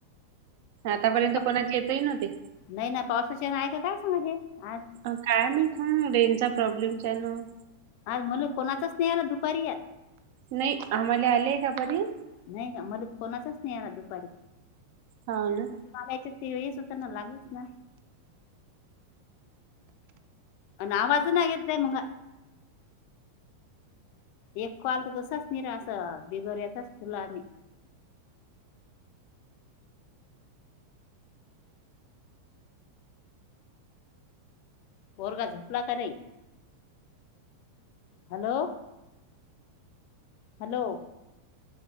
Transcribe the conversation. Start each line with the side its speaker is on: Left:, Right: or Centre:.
Right: आतापर्यंत
Left: ते पा-
Right: कोणाचे येतही नव्हते.
Left: नाही ना पावसाचे ऐन का काय सांगाजे आ
Right: अ काय मीठ रेनचा प्रॉब्लेमच्यानं,
Left: आज मले कोणाचाच नाही आला दुपारी यात.
Right: नाही आम्हांले आलेय का परी,
Left: नाही का मला तर कोणाचाच नाही आला दुपारी
Right: हाव ना.
Left: <unintelligible> तेच होतना लागेच ना, अन् आवाज नाय येद्य बाय मंगा. एक कॉल तर तसाच निरा अस, बिगर यचाच तुला आणी पोरगा झोपला का नाही? हॅलो. हॅलो.